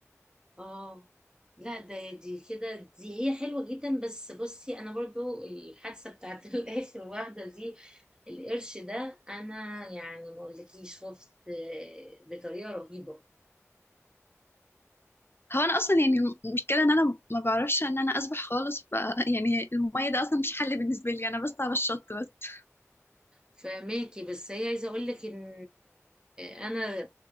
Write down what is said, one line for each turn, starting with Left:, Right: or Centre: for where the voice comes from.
Right: اه لا ده دي كده دي هي حلوة جدا بس بصي انا برضو الحادثة بتاعت <laughs> الاخر واحدة دي القرش ده انا يعني ما اقولكيش خفت آه، بطريقة رهيبة
Left: هو انا اصلا يعني المشكلة ان انا ما بعرفش ان انا اسبح خالص ف يعني المية ده اصلا مش حل بالنسبة لي انا بس على الشط بس
Right: فماكي بس هي عايزه اقول لك ان انا